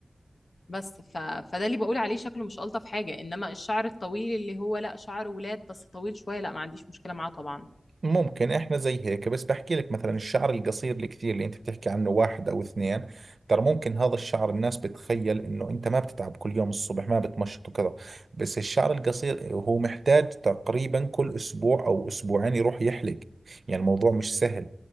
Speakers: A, on the left; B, on the right.
A: بس ف... فده اللي بقول عليه شكله مش الطف حاجة انما الشعر الطويل اللي هو لا شعر ولاد بس طويل شوية لا ما عنديش مشكلة معاه طبعا
B: ممكن احنا زي هيك بس بحكي لك مثلا الشعر القصير الكثير اللي انت بتحكي عنه واحد او اثنين ترى ممكن هذا الشعر الناس بتخيل انه انت ما بتتعب كل يوم الصبح ما بتمشط وكذا بس الشعر القصير هو محتاج تقريبا كل اسبوع او اسبوعين يروح يحلق يعني الموضوع مش سهل